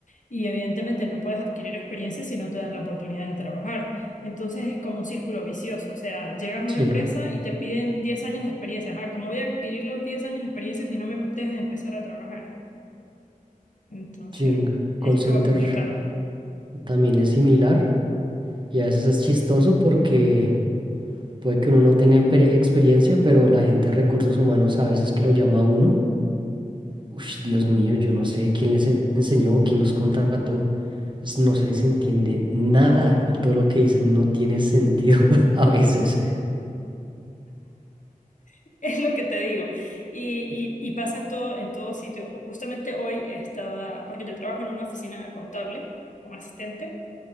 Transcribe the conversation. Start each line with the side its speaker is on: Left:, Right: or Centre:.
Left: Y evidentemente no puedes adquirir experiencia si no te dan la oportunidad de trabajar. Entonces es como un círculo vicioso. O sea, llegas a
Right: Sí,
Left: una empresa y te piden 10 años de experiencia. Ajá, ¿cómo voy a adquirir los 10 años de experiencia si no me dejas empezar a trabajar? Entonces
Right: sí, en
Left: es
Right: call center
Left: como complicado.
Right: también es similar y a veces es chistoso porque puede que uno no tenga empe- experiencia, pero la gente de recursos humanos a veces que lo llama a uno, uff, Dios mío, yo no sé quién les en- enseñó, quién los contrató, es- no se les entiende nada y todo lo que dicen no tiene sentido <laughs> a veces.
Left: <laughs> Es lo que te digo. Y, y, y pasa en todo, en todo sitio. O Justamente hoy estaba, porque yo trabajo en una oficina contable como asistente,